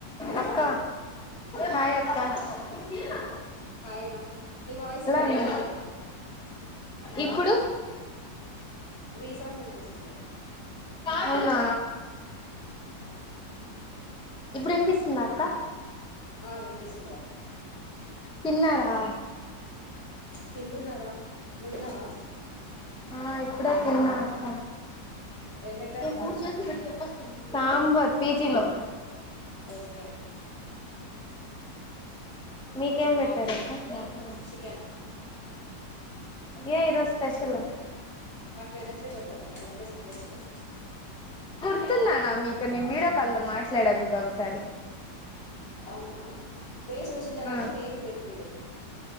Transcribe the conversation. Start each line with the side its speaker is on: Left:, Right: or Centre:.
Left: హలో
Centre: అక్క
Left: రా
Centre: హాయ్ అక్క ఏక
Left: హాయ్ రా నీ వాయిస్ వినిపించట్లేరా
Centre: ఉన్నా ఇప్పుడు
Left: రీసౌండ్ వినిపిస్తుంది
Centre: అవునా
Left: ఆ
Centre: ఇప్పుడు వినిపిస్తుంద అక్క
Left: ఆ వినిపిసుందిరా
Centre: తిన్నారా
Left: తింటున్నారా నువ్ తిన్నవా
Centre: ఆ ఇప్పుడే తిన్నా అక్క
Left: ఏం పెట్టారు
Centre: మేము మూడు చేతులు పెట్టి యేటొస్తాయమి తాంబత్ పీచిలో
Left: ఓకే
Centre: మీకేం పెట్టారు
Left: బా
Centre: అక్క
Left: చికెన్
Centre: ఏ ఇరోజు స్పెషల
Left: మాకు వెనస్డె పెడతారు కదా నెక్స్ట్ డె సండే చికెన్
Centre: చెప్తున్నానా మీక నేను వీడియో కాల్లో మాట్లాడా మీతో ఒకసారి
Left: అవునా ఫెస్ చూసుండగాని
Centre: ఆ
Left: నేం తెలీదు